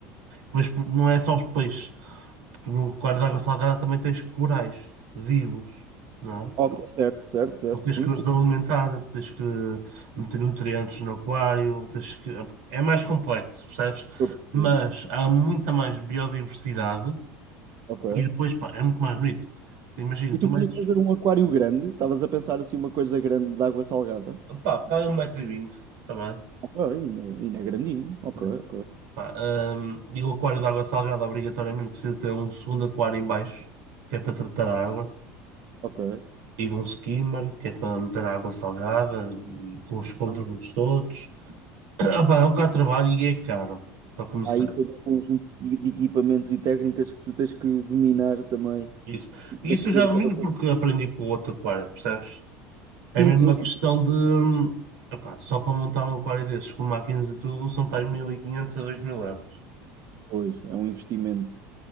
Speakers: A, on the right; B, on the right.
A: Mas não é só os peixes. Tu no aquário de água salgada também tens corais vivos, não é?
B: Ok, certo, certo, certo.
A: Então tens
B: Sim,
A: que os
B: sim.
A: alimentar,
B: sim.
A: tens que meter nutrientes no aquário, tens que... É mais complexo, percebes?
B: Eu percebi.
A: Mas há muita mais biodiversidade
B: Ok.
A: e depois, pá, é muito mais bonito. Imagina,
B: E
A: tu
B: tu
A: metes...
B: querias fazer um aquário grande? Estavas a pensar assim uma coisa grande de água salgada?
A: Pá, está aí 1,20m também.
B: Ok, ainda, ainda é grandinho. Ok,
A: né?
B: ok,
A: Pá, hum, e o aquário de água salgada obrigatoriamente precisa ter um segundo aquário em baixo, que é para tratar a água.
B: ok.
A: e um skimmer, que é para meter água salgada e com os controles
B: Aham.
A: todos. <clears throat> Ah, pá, é um bocado de trabalho e é caro, para começar.
B: Aí tem um conjunto de de equipamentos e técnicas que tu tens que dominar também.
A: Isso,
B: E
A: E
B: tens
A: isso
B: que
A: eu
B: ter
A: já domino
B: cada coisa.
A: porque aprendi com o outro aquário, percebes?
B: Sim,
A: É mesmo
B: sim,
A: uma
B: sim.
A: questão de. hum, Epá, só para montar um aquário desses com máquinas e tudo são para aí 1500 a 2000 euros.
B: Pois, é um investimento.